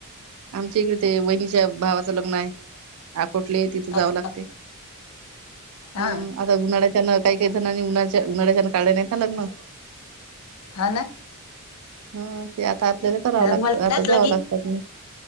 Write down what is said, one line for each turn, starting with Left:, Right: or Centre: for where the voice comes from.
Right: आमच्या इकडे ते बहिणीच्या भावाचं लग्न आहे ठले तिथ
Left: असं
Right: जाव लागते
Left: हा
Right: ह आता उन्हाळ्याच्या न काही काही उन्हाळ्याच्या उन्हाळ्याच्या काढले नाहीत ना लग्न
Left: हा ना
Right: हा ते आता आपल्याला करावं लागत
Left: तुम्हाला
Right: आता
Left: जाच लागेल
Right: जावं लागतात म